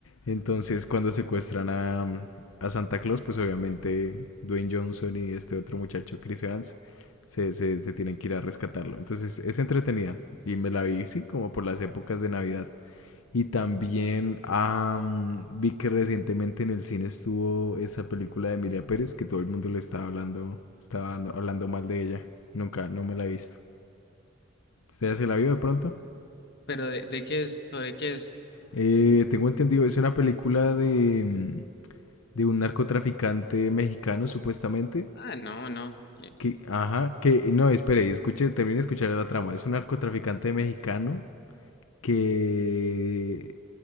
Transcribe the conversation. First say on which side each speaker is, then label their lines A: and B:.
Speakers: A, on the left; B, on the left.
A: Entonces cuando secuestran a, mm, a Santa Claus, pues obviamente Dwayne Johnson y este otro muchacho, Chris Evans, se, se, se tienen que ir a rescatarlo. Entonces es entretenida y me la vi, sí, como por las épocas de Navidad. Y también am, vi que recientemente en el cine estuvo esa película de Emilia Pérez que todo el mundo le estaba hablando, estaba dando- hablando mal de ella. Nunca, no me la he visto. ¿Usted ya se la vio de pronto?
B: Pero de, de qué es, sobre qué es.
A: Eh, tengo entendido, es una película de, mm, de un narcotraficante mexicano, supuestamente.
B: Ah, no, no. ¿qué?
A: Que, ajá, que, no, espere, y escuche, termine de escuchar la trama. Es un narcotraficante mexicano que